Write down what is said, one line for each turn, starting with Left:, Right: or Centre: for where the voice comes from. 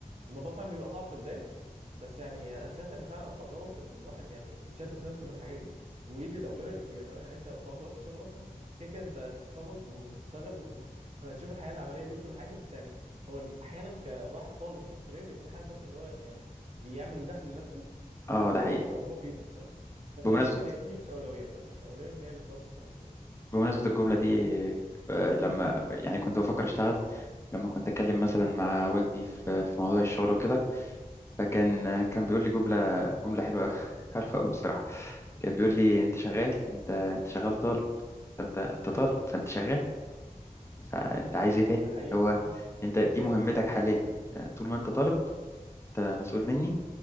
Right: الموضوع فعلا بيبقى صعب في البدايه بس يعني انا شايف ان فعلا اصلا غلط ان الواحد يعني يشتت نفسه بين الحاجات دي ويدي الاولويه للكليه فاهم يعني انت خلاص وقت الشغل اصلا كده كده انت هتتخرج وهتشتغل و- <laughs> وهتشوف الحياه العمليه دي وكل حاجه بس يعني هو ال- احيانا كواحد طالب لسه في الكليه بيكون حابب بس ان هو يعني يعمل دخل لنفسه
Left: اه
Right: وهو
Left: ده حقيقي
Right: بي... وهو بيدرس فاهم بس
Left: بمناسبة
Right: انا شايف ان دي مش اولويه فاهم يعني الاولويه ان هي اللي توفق يعني كده
Left: بمناسبة الجملة دي آه، لما يعني كنت بفكر أشتغل لما كنت أتكلم مثلا مع والدي في في موضوع الشغل وكده فكان آه، كان بيقول لي جملة جملة حلوة أوي- <laughs> حلوة أوي بصراحة كان بيقول لي أنت شغال أنت أنت شغال طالب فأنت أنت طالب فأنت شغال فانت عايز ايه تاني
Right: ده حقيقي
Left: هو
Right: فعلا
Left: انت دي مهمتك حاليا آه، طول ما انت طالب انت مسؤول مني